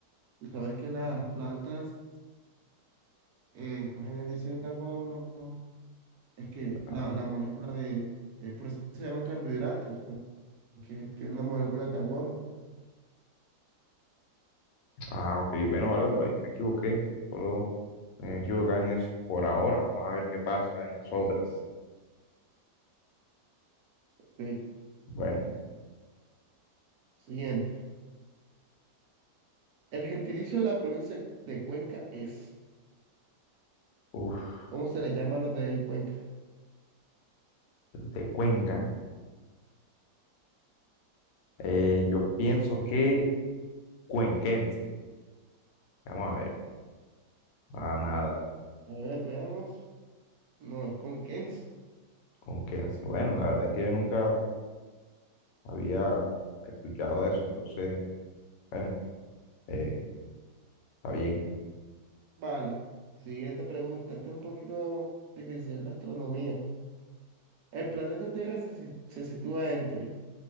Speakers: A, on the right; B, on the left.
A: Tú sabes que las plantas eh, cogen el dióxido de carbono, es que
B: Ah,
A: la, la molécula de, eh, por eso se llaman carbohidratos, porque tiene una molécula de carbono.
B: ah, ok, bueno, vale, bro, ahí me equivoqué. Solo me equivoqué en eso por ahora. Vamos a ver qué pasa en las otras.
A: Ok,
B: Bueno,
A: Siguiente. El gentilicio de la provincia de Cuenca es,
B: uff.
A: ¿cómo se le llama a los de Cuenca?
B: de Cuenca. Eh, yo pienso que cuenquense. Vamos a ver. Ah, nada,
A: A ver, veamos. No, es con Kens.
B: cuenquense. Bueno, la verdad es que yo nunca había escuchado eso, entonces, bueno, eh, está bien.
A: Vale. Siguiente pregunta. Esta es un poquito difícil de astronomía. El planeta Tierra se, si- se sitúa entre